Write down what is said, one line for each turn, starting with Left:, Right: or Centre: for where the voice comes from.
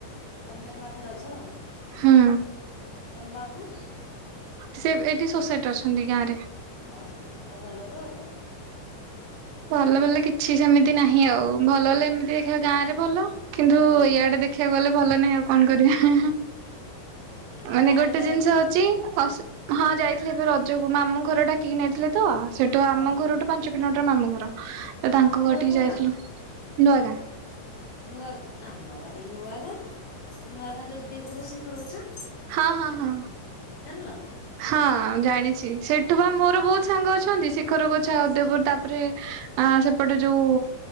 Left: ତମେ ପାଖରେ ଅଛ ଆଉ
Right: ହୁଁ
Left: ତମ ବାବୁ।
Right: ସିଏ ଏଇଠି ସୋସାଇଟିରେ ଅଛନ୍ତି ଗାଁ ରେ।
Left: ଓ ଆଉ ଭଲ ତ ଆଉ କଣ।
Right: ଭଲ ଭଲ କିଛି ସେମିତି ନାହିଁ ଆଉ ଭଲ ହେଲେ ଏମିତି ଦେଖିବା ଗାଁ ରେ ଭଲ କିନ୍ତୁ
Left: ହଁ ହଁ
Right: ଇଆଡେ ଦେଖ ଦେଖିବାକୁ ଗଲେ ଭଲ ନାହିଁ ଆଉ କଣ କରିବା
Left: ଆଉ
Right: ମାନେ
Left: ଗାଁ
Right: ଗୋଟେ
Left: ଆଡ଼େ ଯାଇନ
Right: ଜିନିଷ ହଁ ଯାଇଥିଲେ ଏବେ ରଜକୁ ମାମୁ ଘର ଡାକିକି ନେଇଥିଲେ ତ ସେଠୁ ଆମ
Left: ହଁ ହଁ
Right: ଘରଠୁ ପାଞ୍ଚ କିଲୋମିଟର ମାମୁଁ ଘର ତ ତାଙ୍କ
Left: ମାମୁଁ
Right: ଘର ଠିକି
Left: କୋଉ
Right: ଯାଇଥିଲୁ
Left: ଗାଁ
Right: ନୂଆ ଗାଁ।
Left: ନୂଆ ଗାଁ ଆମର ହେଇ ନୂଆ ଗାଁ ନୂଆ ଗାଁ ଯୋଉ ଦେବରୁ ଶିଖର ଅଛ
Right: ହଁ-ହଁ-ହଁ।
Left: ଜାଣିଲ।
Right: ହଁ ଜାଣିଛି ସେଠୁ ବା ମୋର ବହୁତ ସାଙ୍ଗ ଅଛନ୍ତି ଶିଖର ଗଛ
Left: ଓ
Right: ଉଦପୁର
Left: ସେ
Right: ତାପରେ ଆ ସେପଟେ ଯୋଉ